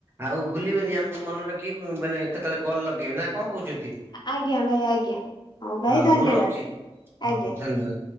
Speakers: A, on the right (about 20°); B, on the left (about 45°).
A: ଆଉ। ଭୁଲିବେନି ଆମକୁ ମନେ ରଖି ମାନେ ଫେଣେ କେତେ ବେଳେ କଲ୍ ଲଗେଇବେ ନା। କଁ କହୁଛନ୍ତି
B: ଆଜ୍ଞା ଭାଇ ଆଜ୍ଞା ଭାଇ
A: ହଉ
B: ଧନ୍ୟବାଦ
A: ମୁଁ ରହୁଛି ହଉ
B: ଆଜ୍ଞା।
A: ଧନ୍ୟବାଦ।